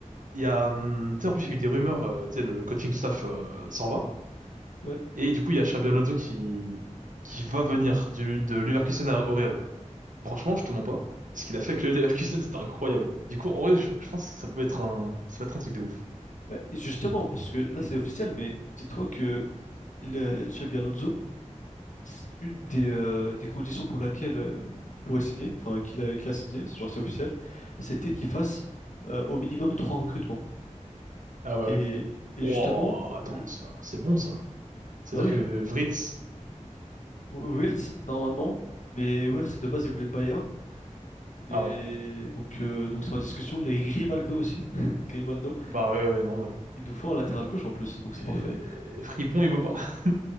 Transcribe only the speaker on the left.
Ouais.
Ouais, et justement, parce que là c'est officiel, mais dis-toi que le Xabi Alonso, c'est une des, euh, des conditions pour laquelle euh, il pourrait signer, enfin qu'il a, qu'il a signé, c'est- genre c'est officiel, c'était qu'il fasse euh, au minimum trois recrutements.
Et,
et
justement,
le-
le-
bah oui,
Wirtz normalement, mais Wirtz de base il voulait le Bayern, mais
donc euh, donc c'est en discussion. Il y a Grimaldo aussi, <laughs> Grimaldo,
il nous faut un latéral gauche en plus, donc
c'est parfait.